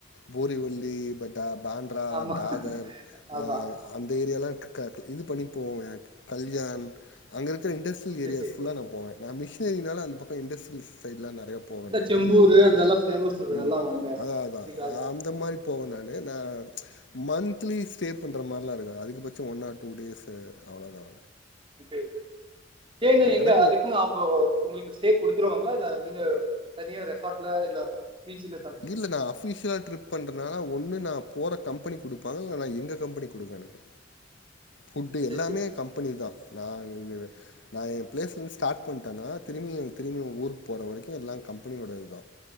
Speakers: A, on the left; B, on the right.
A: போரிவல்லி பட் ட பாண்ட்ரா
B: ஆமா
A: டாதர்
B: அதான்
A: அந்த ஏரியாலா க க இது பண்ணிப்போவோங்க கல்யாண் அங்க இருக்கிற இன்டர்ஸ் ட்ரிஸ்
B: சரி
A: ஏரியாஸ்
B: சரி
A: ஃபுல்லா நா போவே நா மிஷினரினால அந்த பக்கோ இண்டஸ்ட்ரியல்ஸ் சைட்லா நெறயா போவே
B: இந்த
A: நானு
B: செம்பூர் அந்த எல்லாம் ஃபேமஸ் அது
A: ம்
B: எல்லாம் அந்த
A: அதா அதா
B: இதுக்காக
A: அந்த மாரி போவே நானு நா மன்த்லி ஸ்டே பண்ற மாற்லா இருக்காது அதிக பட்சோ ஒன் ஆர் டூ டேஸ் அவ்ளதா
B: ஓகே ஏங்க எங்க
A: எனக்கு
B: அதுக்குன்னு அவுங்கோ ஒங்களுக்கு ஸ்டே குடுத்துருவாங்ளா இல்ல நீங்க தனியா ரெசார்ட்ல இல்ல பீச்சுல
A: இல்ல நா அபிஷியலா ட்ரிப் பண்றனால ஒன்னு நா போற கம்பெனிக் கு குடுப்பாங்க இல்லன்னா எங்க கம்பெனி குடுக்கு எனக்கு ஃபுட்டு
B: சேரி
A: எல்லாமே
B: சேரி
A: கம்பெனிதா நா வே நா எ ப்ளேஸ்லருந்து ஸ்டார்ட் பண்ட்டனா திரும்பி திரும்பு ஊர் போற வரைக்கு எல்லா கம்பெனியோட இதுதா